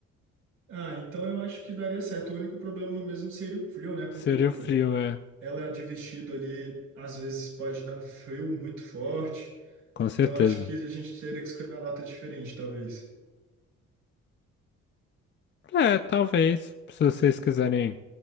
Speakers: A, on the right; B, on the left.
A: Ah, então eu acho que daria certo. O único problema no mesmo seria o frio, né? Porque,
B: Seria
A: tipo,
B: frio, é,
A: ela de vestido ali, às vezes pode dar um frio muito forte.
B: com certeza.
A: Então acho que a gente teria que escolher uma data diferente, talvez.
B: É, talvez, se vocês quiserem.